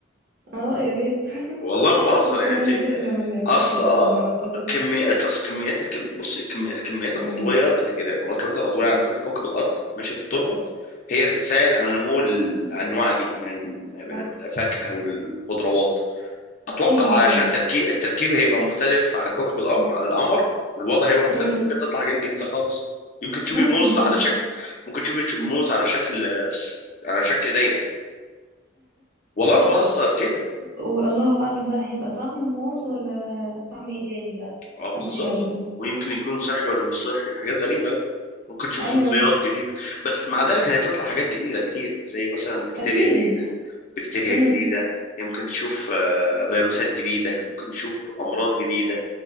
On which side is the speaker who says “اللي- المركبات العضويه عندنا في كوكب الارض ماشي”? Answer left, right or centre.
Left